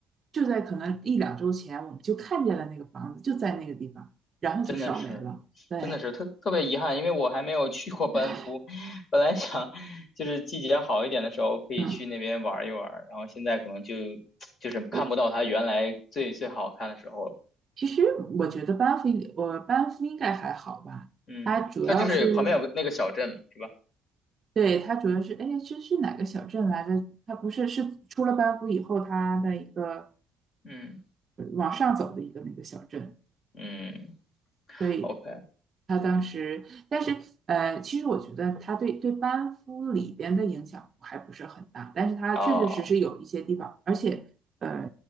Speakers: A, on the right; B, on the left.
A: 就在可能一两周前，我们就看见了那个房子就在那个地方，然后就烧没了。
B: 真的是，
A: 对，
B: 真的是特特别遗憾，因为我还没有去过班夫，
A: <laughs> 唉
B: 本来想就是季节好一点的时候可以去那边玩一玩，
A: 嗯，
B: 然后现在可能就 <tsk> 就是看不到他原来最最好看的时候了。
A: 我其实我觉得班夫，我班夫应该还好吧，
B: 嗯，
A: 它主要嗯是
B: 它就是旁边有个那个小镇是吧？
A: 对，它主要是，哎，这是哪个小镇来着？它不是，是出了班夫以后，它的一个
B: 嗯
A: 呃往上走的一个那个小镇。
B: 嗯
A: 所以
B: ，OK
A: 他当时，但是呃，其实我觉得他对对班夫里边的影响还不是很大，但是他确确实实有一些地方，
B: 啊，
A: 而且呃，